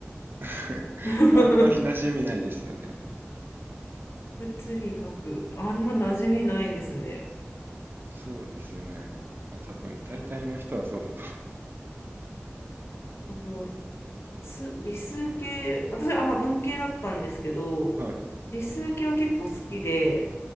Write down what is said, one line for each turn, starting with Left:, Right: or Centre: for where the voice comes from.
Right: <laughs>
Left: <laughs>
Right: あんまり馴染みないですよね。
Left: 物理学。あ、今馴染みないですね。
Right: そうですよね。まあ多分、大体の人はそうだと
Left: あの、す理数系、私は、あ、まあ、文系だったんですけど、
Right: 思う。はい。
Left: 理数系は結構好きで、